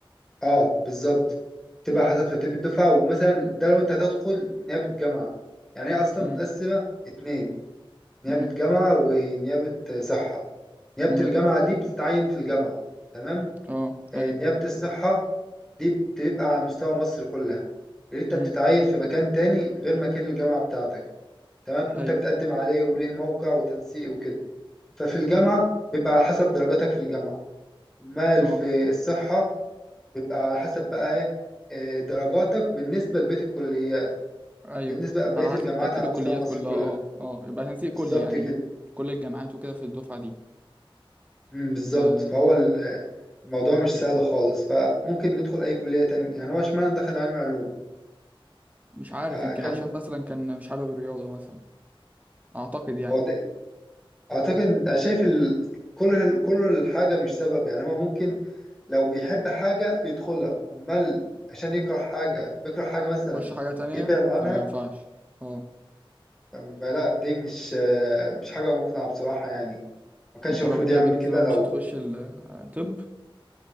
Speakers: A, in the centre; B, on the right.
A: اه بالظبط تبقى
B: امم
A: حسب ترتيب الدفعة ومثلا ده لو انت هتدخل نيابة جامعة يعني هي اصلا
B: امم
A: متقسمة اتنين نيابة
B: امم
A: جامعة ونيابة صحة نيابة
B: امم
A: الجامعة دي بتتعين في الجامعة تمام
B: اه
A: آه
B: ايوه
A: نيابة الصحة دي بتبقى على مستوى مصر كلها اللي انت
B: امم
A: بتتعين في مكان تاني غير مكان الجامعة بتاعتك تمام
B: ايوه
A: وانت بتقدم عليه وليه موقع وتنسيق وكده ففي الجامعة بيبقى على حسب درجاتك في الجامعة امال
B: اه
A: في الصحة بيبقى على حسب بقى ايه آه، درجاتك بالنسبة لبقية الكليات
B: ايوه
A: بالنسبة لبقية
B: على حسب
A: الجامعات
B: ترتيب
A: على
B: الكليات
A: مستوى مصر
B: كلها
A: كلها
B: اه اه يبقى تنسيق كلي
A: بالظبط
B: يعني
A: كده
B: كل الجامعات وكده في الدفعه دي
A: مم، بالظبط
B: آه
A: فهو ال- آه، الموضوع مش سهل خالص فممكن ندخل أي كلية تانية يعني هو اشمعنى دخل علم علوم
B: مش عارف
A: آه،
B: يمكن
A: كان
B: عشان مثلا كان مش حابب الرياضه مثلا اعتقد يعني
A: هو ده- أعتقد أنا شايف ال... كل ال- كل الحاجة مش سبب يعني هو ممكن لو بيحب حاجة يدخلها أمال عشان يكره حاجة بيكره حاجة مثلا
B: خش حاجه تانية
A: يبعد عنها
B: فما ينفعش اه
A: أما لا دي مش آه، مش حاجة مقنعة بصراحة يعني ما كانش
B: انت
A: المفروض
B: لو رجع
A: يعمل
B: بيك
A: كده
B: زمان
A: لو
B: مش هتخش ال- طب